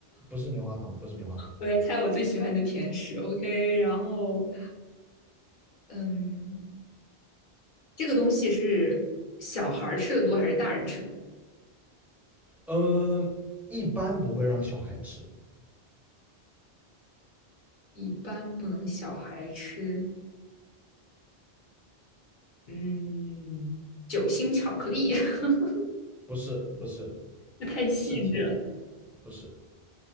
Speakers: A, in the centre; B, on the left.
A: 不是棉花糖，不是棉花糖，
B: 我在猜我最喜欢的甜食。OK，然后，嗯，这个东西是小孩儿吃的多还是大人吃的？
A: 呃，一般不会让小孩吃，
B: 一般不能小孩吃。嗯，酒心巧克力，<laughs>
A: 不是不是
B: 这太细致了。
A: 是甜的，不是，